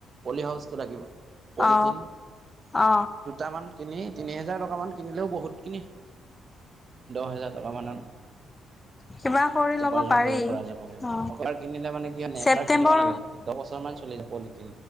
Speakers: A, on the right; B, on the left.
A: পলি হাউচটো লাগিব পলিথিন
B: অ অ
A: দুটামান কিনি তিনি হেজাৰ টকামান কিনিলেও বহুত কিনি দহ হেজাৰ টকামানত
B: কিবা কৰি ল'ব
A: উপাৰ্জন
B: পাৰি
A: কৰিব পৰা যাবগ
B: অ
A: অবাৰ কিনিলে মানে কি হয়বাৰ
B: ছেপ্তেম্বৰ
A: কিনিব লাগেধহ বছৰ মান চলি <unintelligible>